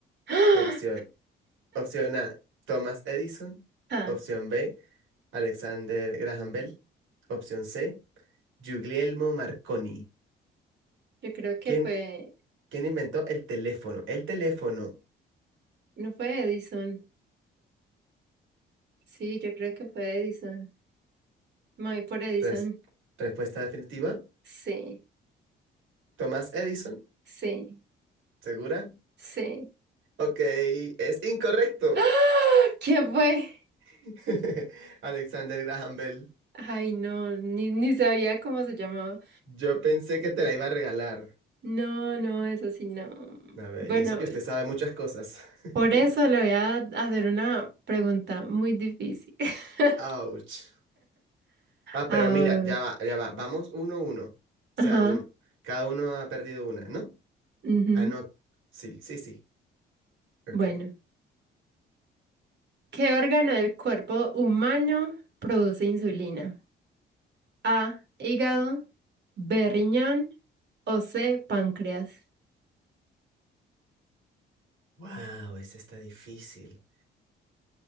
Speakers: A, on the right; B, on the right.
A: <gasps> Ah,
B: Opción. Opción A, Thomas Edison.
A: Ah,
B: Opción B, Alexander Graham Bell. Opción C, Guglielmo Marconi.
A: yo creo que
B: ¿Quién
A: fue,
B: ¿Quién inventó el teléfono? El teléfono.
A: no fue Edison. Sí, yo creo que fue Edison. Me voy por Edison.
B: Res- respuesta definitiva.
A: Sí,
B: Thomas Edison.
A: sí,
B: ¿Segura?
A: sí.
B: Ok, es incorrecto.
A: <gasps> ¿Qué fue?
B: <laughs> Alexander Graham Bell.
A: Ay, no, ni, ni sabía cómo se llamaba.
B: Yo pensé que te la iba a regalar.
A: No, no, eso sí, no.
B: A ver,
A: Bueno,
B: y eso que usted sabe muchas cosas. <laughs>
A: por eso le voy a hacer una pregunta muy difícil. <laughs>
B: Ouch. Ah,
A: Ah,
B: pero mira, ya va, ya va. Vamos uno a uno. O
A: ajá,
B: sea, un- cada uno ha perdido una, ¿no?
A: ujú.
B: Ah, no. Sí, sí, sí. Ok.
A: Bueno, ¿qué órgano del cuerpo humano produce insulina? A, hígado, B, riñón o C, páncreas.
B: Wow, esa está difícil.